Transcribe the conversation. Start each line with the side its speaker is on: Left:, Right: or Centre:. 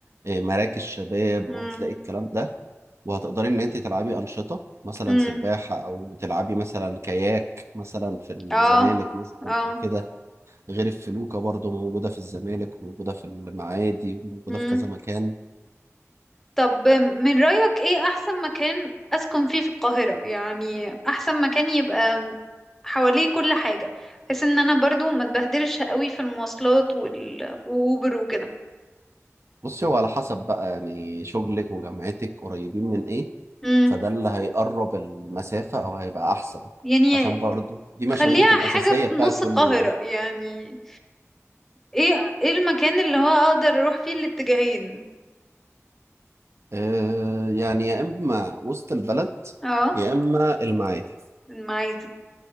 Right: آه، مراكز شباب
Centre: مم.
Right: وهتلاقي الكلام ده وهتقدري ان انت تلعبي انشطه مثلا
Centre: امم
Right: سباحه او تلعبي مثلا كاياك مثلا في الزمالك
Centre: اه
Right: مثلا
Centre: اه
Right: او كده غير الفلوكه برضو موجوده في الزمالك وموجوده في المعادي وموجوده
Centre: امم
Right: في كذا مكان
Centre: طب من رأيك ايه احسن مكان اسكن فيه في القاهرة يعني احسن مكان يبقى حواليه كل حاجة بحيث ان انا برضو ما اتبهدلش قوي في المواصلات وال... واوبر وكده
Right: بصي هو على حسب بقى يعني شغلك وجامعتك قريبين من ايه
Centre: امم
Right: فده اللي هيقرب المسافه او هيبقى احسن
Centre: يعني
Right: عشان برضو دي مشاويرك
Centre: خليها
Right: الاساسيه
Centre: حاجة في
Right: بتاعت
Centre: نص
Right: كل
Centre: القاهرة
Right: يوم
Centre: يعني ايه ايه المكان اللي هو اقدر اروح فيه الاتجاهين
Right: آه يعني يا اما وسط البلد
Centre: اه
Right: يا اما المعادي
Centre: المعادي